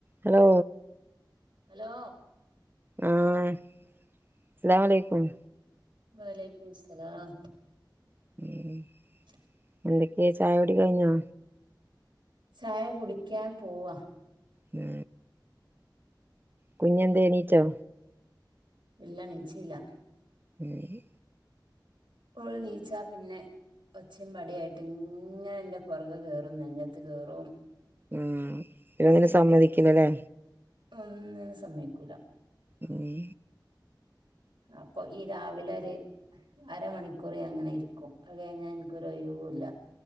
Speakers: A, on the right (about 25°); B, on the right (about 80°).
A: Hello.
B: Hello.
A: ആഹ് അസ്സലാമലയ്ക്കും.
B: വാലയ്ക്കും മുസലാം.
A: <inaudible>
B: <inaudible>
A: എന്തൊക്കെ ചായൊടി കയ്ഞ്ഞോ?
B: ചായ കുടിക്യാൻ പോവാ.
A: മ്മ് കുഞ്ഞന്തേണീറ്റോ?
B: ഇല്ല ണീചീല.
A: മ്മ്.
B: ഓൾ നീച്ച പിന്നെ? ഒച്ചിം പടിംയായിട്ട് ഇങ്ങന്റെ പൊർകെ കേറും നെഞ്ഞത്ത് കേറും
A: മ്മ് പിന്നൊന്നിനും സമ്മതിക്കില്ലലേ?
B: ഒന്നിനും സമ്മയ്ക്കൂല.
A: മ്മ്
B: അപ്പൊ ഈ രാവിലൊര് അരമണിക്കൂർ ഞാനിങ്ങനെ ഇരിക്കും. അഹ് കൈഞ്ഞ എനിക്കൊരൊയ്‌വൂല്ല.